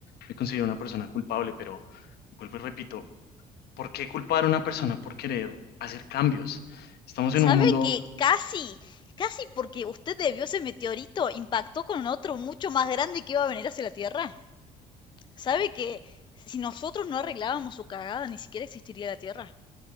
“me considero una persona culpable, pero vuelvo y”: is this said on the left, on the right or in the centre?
Left